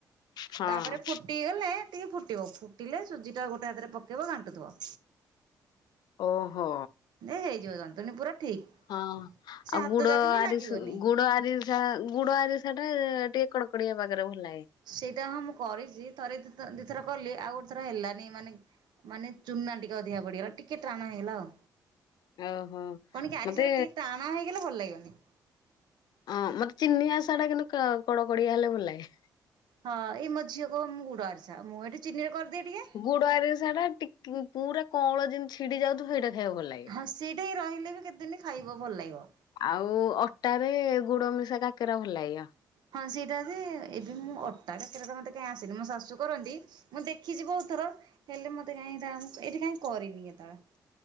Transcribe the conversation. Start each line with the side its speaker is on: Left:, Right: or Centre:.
Left: ହଁ
Right: ତାପରେ ଫୁଟିଗଲେ ଟିକେ ଫୁଟିବ ଫୁଟିଲେ ସୁଜି ଟା ଗୋଟେ ହାତରେ ପକେଇବ ଘାଣ୍ଟୁଥିବ।
Left: ଓହୋ।
Right: ନାଇଁ ହେଇଯିବ ଜନ୍ତୁଣି ପୁରା ଠିକ୍।
Left: ହଁ
Right: ସେ
Left: ଆଉ
Right: ହାତ
Left: ଗୁଡ
Right: ଯାକ ବି
Left: ଆରି
Right: ଲାଗିବନି।
Left: ଗୁଡ ଆରି ଯାହା ଗୁଡ ଆରିସା ସେଟା ଟିକେ କଡ଼କଡିଆ ପାଗରେ ଭଲ ଲାଗେ।
Right: ସେଇଟା ହଁ ମୁଁ କରିଛି ଥରେ ଦି ଥର କଲି ଆଉ ଗୋଟେ ଥର ହେଲାନି ମାନେ ମାନେ ଚୁନା ଟିକେ ଅଧିକା ପଡିଗଲା ଟିକେ ଟାଣ ହେଇ ଗଲା ଆଉ।
Left: ଓହୋ
Right: କଣ କି ଆସାରା
Left: ମତେ
Right: ଟିକେ ଟାଣ ହେଇଗଲେ ଭଲ ଲାଗିବନି।
Left: ଅ ମତେ ଚିନି ଆରିସା ଟା କିନ୍ତୁ କଡ କଡିଆ ହେଲେ ଭଲ ଲାଗେ।
Right: ହଁ ଏଇ ମୋ ଝିଅ କହିବ ମୁଁ ଗୁଡ ଆରିସା ମୁଁ ଏଠି ଚିନିରେ କରିଦିଏ ଟିକେ।
Left: ଗୁଡ ଆରିସା ଟା ଟିକେ ପୁରା କଅଁଳ ଯେମିତି ଛିଡି ଯାଉଥିବ ସେଇଟା ଖାଇବାକୁ ଭଲ ଲାଗେ।
Right: ହଁ ସେଇଠି ହିଁ ରହିଲେ ବି କେତେଦିନ ଖାଇବ ଭଲ ଲାଗିବ।
Left: ଆଉ ଅଟାରେ ଗୁଡ ମିଶା କାକରା ଭଲ ଲାଗିବ।
Right: ହଁ ସେଇଟା ଯେ ଏବେ ମୁଁ ଅଟା କାକରା ତ ମତେ କାଇଁ ଆସିନି ମୋ ଶାଶୁ କରନ୍ତି ମୁଁ ଦେଖିଛିି ବହୁତ ଥର ହେଲେ ମତେ କାଇଁ ଏଟା ଏଇଠି କାଇଁ କରିନି କେତେବେଳେ